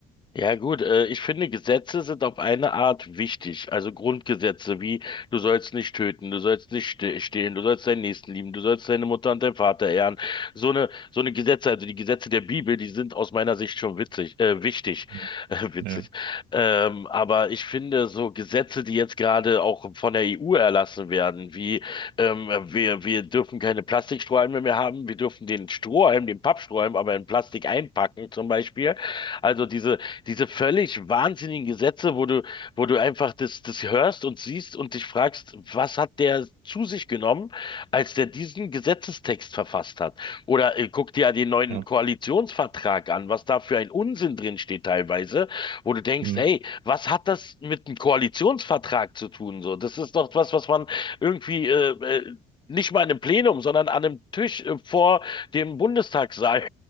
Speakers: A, on the left; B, on the right.
A: Ja gut, äh, ich finde, Gesetze sind auf eine Art wichtig. Also Grundgesetze wie, du sollst nicht töten, du sollst nicht ste stehlen, du sollst deinen Nächsten lieben, du sollst deine Mutter und deinen Vater ehren. So eine, so eine Gesetze, also die Gesetze der Bibel, die sind aus meiner Sicht schon witzig, äh, wichtig,
B: Mhm.
A: <laughs> äh, witzig.
B: Ja,
A: Ähm, aber ich finde, so Gesetze, die jetzt gerade auch von der EU erlassen werden, wie ähm, wir, wir dürfen keine Plastikstrohhalme mehr haben, wir dürfen den Strohhalm, den Pappstrohhalm, aber in Plastik einpacken zum Beispiel. Also diese diese völlig wahnsinnigen Gesetze, wo du, wo du einfach das, das hörst und siehst und dich fragst, was hat der zu sich genommen, als der diesen Gesetzestext verfasst hat? Oder äh, guck dir ja den neuen
B: ja,
A: Koalitionsvertrag an, was da für ein Unsinn drin steht teilweise, wo du denkst,
B: mhm.
A: ey, was hat das mit einem Koalitionsvertrag zu tun? So, das ist doch was, was man irgendwie äh, äh, nicht mal in einem Plenum, sondern an einem Tisch äh, vor dem Bundestagssaal